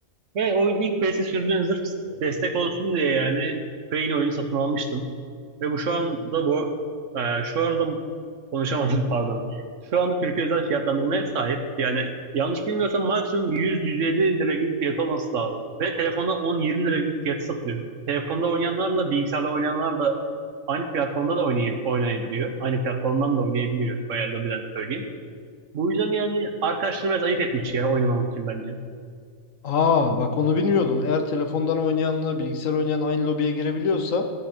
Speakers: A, on the right (about 65°); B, on the left (about 70°).
A: Ve oyun ilk PS'e sürdüğüm zırh destek olsun diye yani Crane oyunu satın almıştım. Ve bu şu anda bu e, şu arada konuşamadım <laughs> pardon. Şu anda Türkiye özel fiyatlandırmaya sahip. Yani yanlış bilmiyorsam maksimum 100-150 lira gibi fiyat olması lazım. Ve telefonda 10-20 lira gibi fiyatı satılıyor. Telefonda oynayanlarla bilgisayarda oynayanlar da aynı platformda da oynay- oynayabiliyor. Aynı platformdan da oynayabiliyor. Veya lobiden söyleyeyim. Bu yüzden yani arkadaşlarım biraz ayıp etmiş ya oynamamak için bence.
B: Aa bak onu bilmiyordum. Eğer telefondan oynayanla bilgisayar oynayan aynı lobiye girebiliyorsa